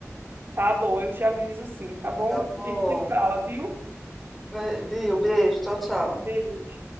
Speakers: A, on the right; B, in the centre.
A: tá bom, eu te aviso sim, tá bom?
B: Tá Bom,
A: A gente se fala, viu?
B: É, viu? Beijo, tchau, tchau.
A: Beijo.